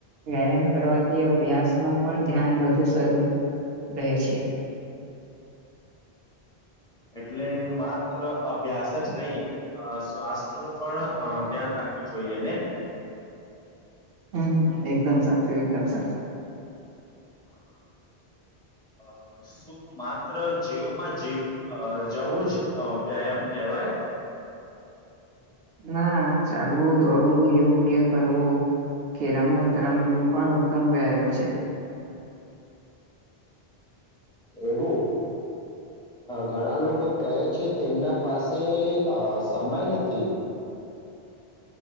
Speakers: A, on the right; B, in the centre.
A: વ્યાયામ કરવાથી અભ્યાસ માં પણ ધ્યાન બધું શરૂ રહે છે.
B: <inaudible> એટલે માત્ર અભ્યાસ જ નહી, શ્વાસ નો પણ અ ધ્યાન રાખું જોઈએ ને
A: હમમ એકદમ સાચું એકદમ સાચું.
B: <inaudible> અ શું માત્ર જીવમાં જીવ જવું જ વ્યાયામ કહેવાય? <inaudible>
A: ના ચાલવું, દોડવું યોગ્ય કરવુ કે રમત રમવી એ પણ ઉત્તમ વ્યાયામ છે.
B: એવું ઘણા લોકો કહે છે. તેમના પાસે અ સમય નથી. <inaudible>